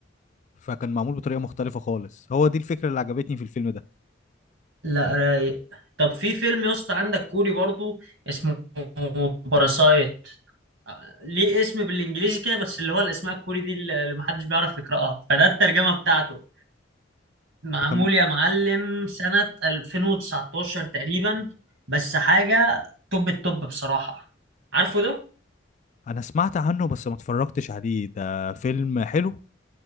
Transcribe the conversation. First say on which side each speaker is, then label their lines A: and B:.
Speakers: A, on the left (about 40°); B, on the right (about 80°).
A: فكان معمول بطريقة مختلفة خالص هو دي الفكرة اللي عجبتني في الفيلم ده
B: لا رايق طب في فيلم يا اسطى عندك كوري برضو اسمه باراسايت ليه اسم بالانجليزي كده بس اللي هو الاسماء الكوري دي اللي محدش بيعرف يقراها فده الترجمه بتاعته معمول
A: ده كان
B: يا معلم سنه 2019 تقريبا بس حاجه توب التوب بصراحه عارفه ده
A: أنا سمعت عنه بس ما اتفرجتش عليه ده فيلم حلو